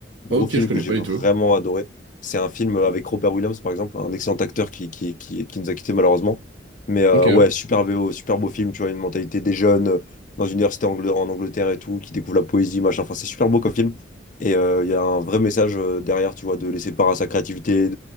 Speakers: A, on the left; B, on the right.
A: Gros
B: Ok,
A: film
B: je connais
A: que j'ai
B: pas
A: vraiment
B: du tout.
A: adoré. C'est un film euh, avec Robert Williams, par exemple, un excellent acteur qui, qui, qui, qui nous a quittés malheureusement. Mais euh,
B: Ok,
A: ouais, super beau, super beau film, tu vois, une mentalité des jeunes euh, dans une université angla- en Angleterre et tout, qui découvre la poésie, machin. Enfin, c'est super beau comme film. Et euh, il y a un vrai message euh, derrière, tu vois, de laisser part à sa créativité,